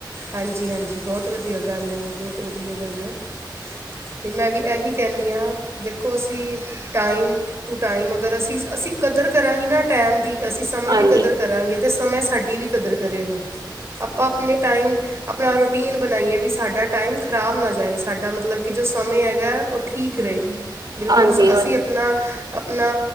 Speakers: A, on the right (about 35°); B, on the right (about 55°).
A: ਹਾਂਜੀ ਹਾਂਜੀ ਬਹੁਤ ਵਧੀਆ ਗੱਲ ਹੈ ਬਹੁਤ ਵਧੀਆ ਗੱਲ ਹੈ ਅਤੇ ਮੈਂ ਵੀ ਇਹੀ ਕਹਿੰਦੀ ਹਾਂ ਦੇਖੋ ਅਸੀਂ ਟਾਈਮ ਟੂ ਟਾਈਮ ਅਗਰ ਅਸੀਂ ਅਸੀਂ ਕਦਰ ਕਰਾਂਗੇ ਨਾ ਟਾਈਮ ਦੀ ਅਸੀਂ ਸਮੇਂ
B: ਹਾਂਜੀ
A: ਦੀ ਕਦਰ ਕਰਾਂਗੇ ਤੇ ਸਮੇਂ ਸਾਡੀ ਵੀ ਕਦਰ ਕਰੇਗਾ ਆਪਾਂ ਆਪਣੇ ਟਾਈਮ ਆਪਣਾ ਰੂਟੀਨ ਬਣਾਈਏ ਵੀ ਸਾਡਾ ਟਾਈਮ ਖ਼ਰਾਬ ਨਾ ਜਾਏ ਸਾਡਾ ਮਤਲਬ ਕਿ ਜੋ ਸਮੇਂ ਹੈਗਾ ਉਹ ਠੀਕ ਰਹੇ ਬਿਲਕੁਲ
B: ਹਾਂਜੀ ਹਾਂ
A: ਅਸੀਂ ਆਪਣਾ ਆਪਣਾ